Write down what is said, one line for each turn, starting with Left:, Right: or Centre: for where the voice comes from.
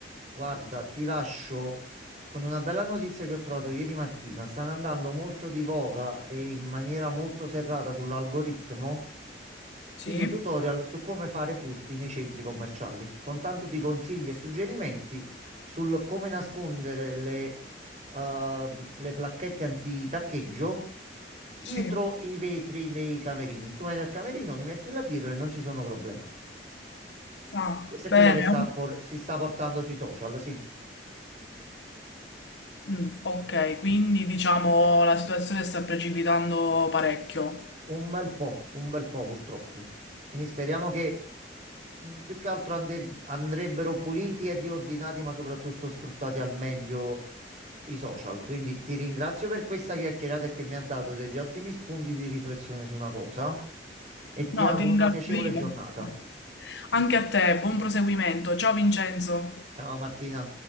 Right: guarda, ti lascio con una bella notizia che ho trovato ieri mattina. Stanno andando molto di voga e in maniera molto serrata sull'algoritmo
Left: Sì,
Right: video tutorial su come fare furti nei centri commerciali, con tanto di consigli e suggerimenti sul come nascondere le, ehm, le placchette antitaccheggio dietro
Left: sì.
Right: i vetri nei camerini. Tu vai nel camerino, li metti là dietro e non ci sono problemi.
Left: Ah,
Right: Questo è quello
Left: bene.
Right: che sta por- si sta portando sui social, sì.
Left: Mm, ok, quindi diciamo la situazione sta precipitando parecchio.
Right: Un bel po', un bel po' purtroppo. Quindi speriamo che mh, più che altro ande- andrebbero puliti e riordinati, ma soprattutto sfruttati al meglio i social. Quindi ti ringrazio per questa chiacchierata e che mi ha dato degli ottimi spunti di riflessione su una cosa e ti
Left: No,
Right: auguro
Left: ti ringrazio
Right: una piacevole
Left: io.
Right: giornata.
Left: Anche a te, buon proseguimento. Ciao Vincenzo.
Right: Ciao Martina.